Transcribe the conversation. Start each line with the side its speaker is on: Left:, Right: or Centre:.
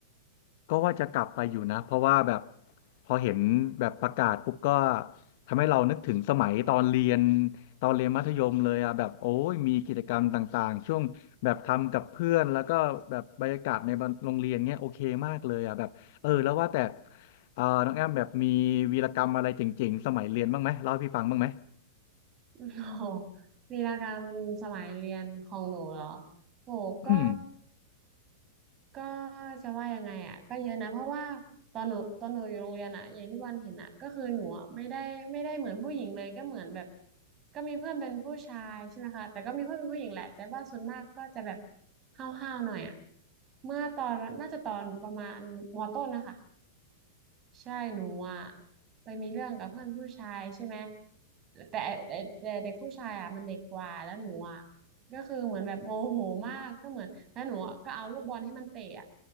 Left: ก็ว่าจะกลับไปอยู่นะเพราะว่าแบบพอเห็นแบบประกาศปุ๊บก็ทำให้เรานึกถึงสมัยตอนเรียนตอนเรียนมัธยมเลยอ่ะแบบโอ้ยมีกิจกรรมต่างๆช่วงแบบทำกับเพื่อนแล้วก็แบบบรรยากาศในโรงเรียนเนี้ยโอเคมากเลยอ่ะแบบเออแล้วว่าแต่เออน้องแอมแบบมีวีรกรรมอะไรเจ๋งๆสมัยเรียนบ้างไหมเล่าให้พี่ฟังบ้างไหม
Right: <laughs> โอ้โหลีลาการสมัยเรียนของหนูเหรอโหก็
Left: อืม
Right: ก็จะว่ายังไงอ่ะก็เยอะนะเพราะว่าตอนหนูตอนหนูอยู่โรงเรียนอ่ะอย่างที่วันเห็นอ่ะก็คือหนูอะไม่ได้ไม่ได้เหมือนผู้หญิงเลยก็เหมือนแบบก็มีเพื่อนเป็นผู้ชายใช่ไหมคะแต่ก็มีเพื่อนเป็นผู้หญิงแหละแต่ว่าส่วนมากก็จะแบบห้าวๆหน่อยอ่ะเมื่อตอนน่าจะตอนประมาณมต้นนะคะ ใช่หนูอ่ะไปมีเรื่องกับเพื่อนผู้ชายใช่ไหมแต่แต่แต่เด็กผู้ชายอ่ะมันเด็กกว่าแล้วหนูอ่ะก็คือเหมือนแบบโมโหมากก็เหมือนแล้วหนูอะก็เอาลูกบอลให้มันเตะอ่ะ